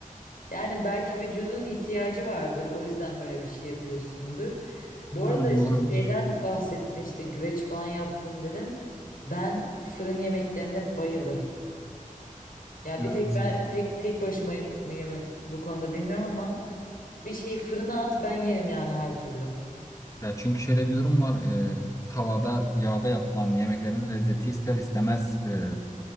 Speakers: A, on the left; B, on the left.
A: Yani belki vücudun ihtiyacı vardır. O yüzden böyle bir şey yapıyorsundur.
B: Yani
A: Bu arada
B: olabilir.
A: şeyden bahsettin işte güveç falan yaptım dedin. Ben fırın yemeklerine bayılırım. Yani bir
B: Evet.
A: tek ben tek tek başımayım mıyım bu konuda bilmiyorum ama bir şeyi fırına at ben yerim yani her türlü.
B: Ya çünkü şöyle bir durum var. e, tavada, yağda yapılan yemeklerin lezzeti ister istemez e,